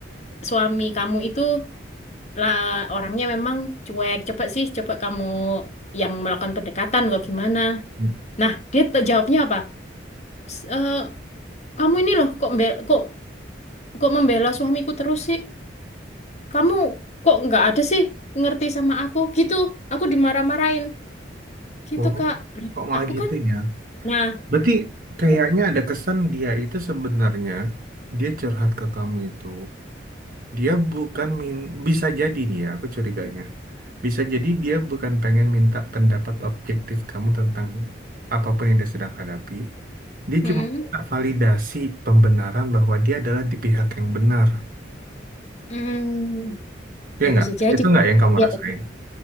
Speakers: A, on the left; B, on the right.
A: suami kamu itu lah orangnya memang cuek. Coba sih, coba kamu yang melakukan pendekatan atau gimana.
B: Hmm.
A: Nah, dia t- jawabnya apa? S- eh, kamu ini loh kok mbel- kok kok membela suamiku terus sih? kamu kok nggak ada sih ngerti sama aku gitu aku dimarah-marahin gitu
B: Oh,
A: kak Loh,
B: kok malah
A: aku
B: gitu
A: kan
B: ya?
A: nah
B: Berarti kayaknya ada kesan dia itu sebenarnya, dia curhat ke kamu itu, dia bukan min bisa jadi nih ya, aku curiganya Bisa jadi dia bukan pengen minta pendapat objektif kamu tentang apapun yang dia sedang hadapi. Dia
A: mm,
B: cuma minta validasi pembenaran bahwa dia adalah di pihak yang benar.
A: mm,
B: Ya
A: ya
B: nggak?
A: bisa jadi
B: Itu nggak yang kamu
A: ya
B: rasain?